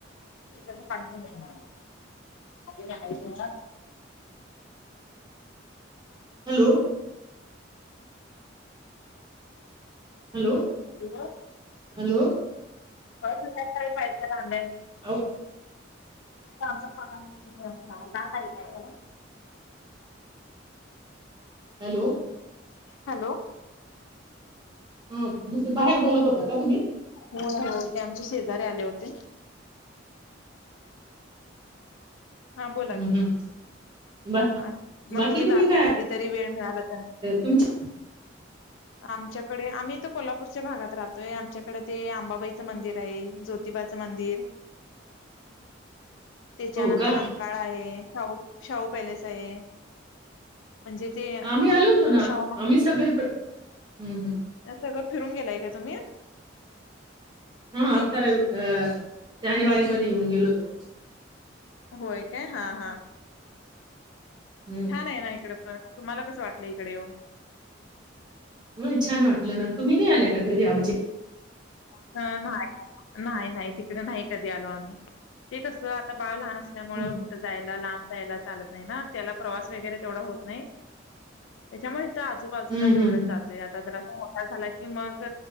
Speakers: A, on the left; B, on the right.
A: म्हव संध्याकाळी येनायिक. <unintelligible>
B: हॅलो. हॅलो.
A: <unintelligible>
B: हॅलो.
A: <unintelligible> जाला आम
B: अहो,
A: सगळ जाता य का आहे का
B: हॅलो
A: हॅलो
B: ह दुसर बाहेर बोलत होता का तुम्ही?
A: हो हो ते आमचे शेजारी आले होते हां बोला
B: हम्म,
A: की
B: हम्म. बा
A: आणि मग
B: बाकी
A: तुम्ही जाताय
B: काय
A: कधीतरी वेळ मिळाला त्या
B: तुमच्या
A: आमच्याकडे आम्ही तर कोल्हापूरच्या भागात राहतोय आमच्याकडे ते आंबाबाईचं मंदिर आहे जो प्रतिबाचं मंदिर. त्याच्यानंतर
B: हो का
A: रंकाळा आहे शाहू शाहू पॅलेस आहे. म्हणजे ते.
B: आम्ही आलो होतो ना
A: शाहू मा
B: आम्ही सगळे हम्म हम्म
A: हे सगळं फिरून गेलाय का तुम्ही?
B: हा आता रवि जानेवारी मध्ये येऊन गेलो मी
A: होय काय हा हा
B: हम्म.
A: छान आहे ना इकडे पण तुम्हाला कसं वाटलं इकडे येऊन?
B: मग छान वाटलं ना तुम्ही नाही आल्या का घरी आमचा
A: अ नाही नाही नाही तिकडे नाही कधी आलो आम्ही ते कस आता बाळ लहान असल्यामुळे
B: हम्म
A: कुठं जायला लांब जायला चालत नाही ना अ त्याला प्रवास वगैरे तेवढा होत नाही त्याच्यामुळे इथं आजूबाजूला
B: हम्म
A: तेवढंच
B: हम्म, हम्म.
A: जातो ते आता जर मोठा झाला की मग